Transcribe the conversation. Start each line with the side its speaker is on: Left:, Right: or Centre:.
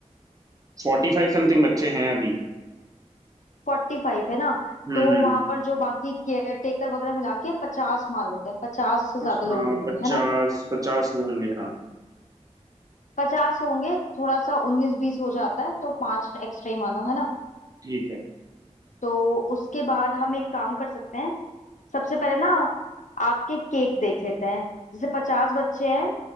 Right: फोर्टी फाइव समथिंग बच्चे हैं अभी
Left: फोर्टी फाइव है ना
Right: हम्म
Left: तो
Right: हम्म
Left: वहां पर जो बाकी केयर टेकर वगैरह मिला के पचास मान लेते हैं पचास से ज्यादा
Right: हाँ
Left: लोग नहीं
Right: पचास
Left: है है ना
Right: पचास वो होंगे हाँ
Left: पचास होंगे थोड़ा सा उन्नीस बीस हो जाता है तो पांच एक्स्ट्रा ही मानो है ना
Right: ठीक है
Left: तो उसके बाद हम एक काम कर सकते हैं सबसे पहले ना आपके केक देख लेते हैं जैसे पचास बच्चे हैं